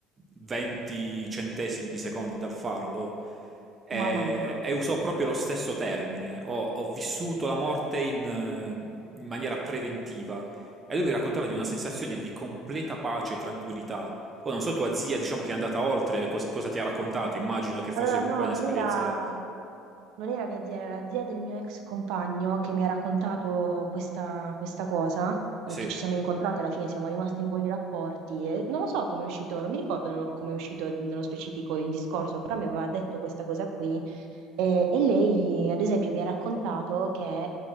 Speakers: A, on the right (about 30°); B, on the right (about 75°).
A: 20 centesimi di secondi dal fardo.
B: Mamma
A: E,
B: mia.
A: e usò proprio lo stesso termine. Ho, ho vissuto la morte in eh, in maniera preventiva. E lui mi raccontava di una sensazione di completa pace e tranquillità poi non so, tua zia, diciamo che è andata oltre, cos- cosa ti ha raccontato? Immagino che fosse
B: Allora,
A: comunque
B: no,
A: un'esperienza...
B: non era... Non era mia zia, era la zia del mio ex compagno che mi ha raccontato questa, questa cosa, eh,
A: Sì,
B: che ci siamo incontrati alla fine, siamo rimasti in buoni rapporti. e non lo so come è uscito, non mi ricordo no- come è uscito nello specifico il discorso, però mi aveva detto questa cosa qui. eh, e lei, ad esempio, mi ha raccontato che